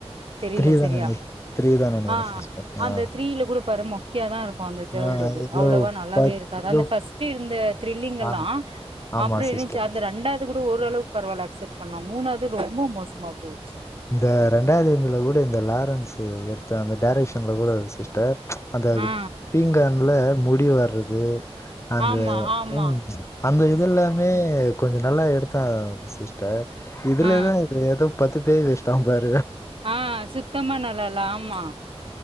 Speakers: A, on the right; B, on the left.
A: தெரில
B: த்ரீ தான
A: செரியா
B: நீ த்ரீ தான நேரு
A: ஆஹ்
B: சிஸ்டர்
A: அந்த
B: ஆ
A: த்ரீல கூட பாரு மொக்கயாதா இருக் கவுடுது
B: ஆ ஏதோ
A: அவ்ளவா நல்லாவே
B: பத்
A: இருக்காதா
B: ஏதோ
A: அந்த ஃபர்ஸ்டி இருந்த திரில்லிங் எல்லா
B: ஆ ஆமா
A: அப்டியே
B: சிஸ்டர்
A: இருந்துச்சா அந்த இரண்டாவது கூட ஓரளவுக்கு பரவாயலக் அக்ஸ்சேட் பண்லா அம்மூனாவது ரொம்போ மோசமா போயிற்ச்சி
B: இந்த ரெண்டாயந்துல கூட இந்த லாரன்ஸ்சு எடுத்த அந்த டரைசன்ல கூட சிஸ்டர் அந்த
A: ஆ
B: தீங்கான்ல முடி வர்றது அந்த
A: ஆமா ஆமா
B: உம் அந்த இது எல்லாமே கொஞ்ச நல்லா எடுத்தா சிஸ்டர் இதுலதா
A: ஆ
B: இது ஏதோப் பாத்துப் <unintelligible>
A: ஆ சுத்தமா நல்லயில்ல ஆமா